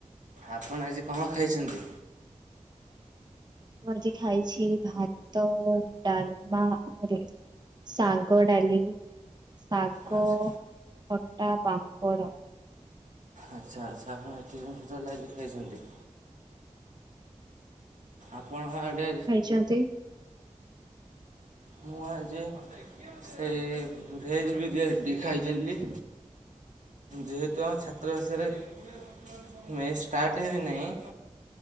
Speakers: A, on the right; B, on the right.
A: ଆପଣ ଆଜି କଣ ଖାଇଛନ୍ତି
B: ମୁଁ ଆଜି ଖାଇଛି ଭାତ ଡାଲମା ଘରେ ଶାଗ ଡାଲି ଶାଗ
A: ଆଚ୍ଛା
B: ଖଟା ପାମ୍ପଡ଼।
A: ଆଚ୍ଛା ଆଚ୍ଛା ଆପଣ ଏଠି ଜିନିଷ ଟୋଟାଲ ଆଜି ଖାଇଛନ୍ତି। ଆପଣଙ୍କ ଆଡେ
B: ଛନ୍ତି
A: ମୁଁ ଆଜି ସେ ଭେଜ ବିରିଆ ଖାଇଥିଲି। ଯେହେତୁ ଆମ ଛାତ୍ରଭାଷାରେ <unintelligible> ନାହିଁ